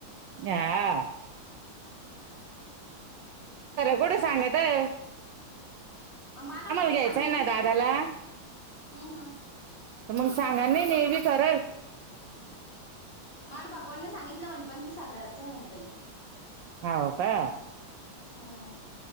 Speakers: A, on the right; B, on the left.
A: या.
B: हम्म
A: कुठे सांगत आम्हाला
B: माना पण नाही
A: घ्यायचंय
B: सांगिन
A: ना
B: ते
A: दादाला
B: हम्म हम्!
A: तर मग सांगा नाही नेमी विचारलं
B: मला भगवानने सांगितलं वन पंचवीस हाजाराचंय म्हणतय
A: हो का
B: हम्म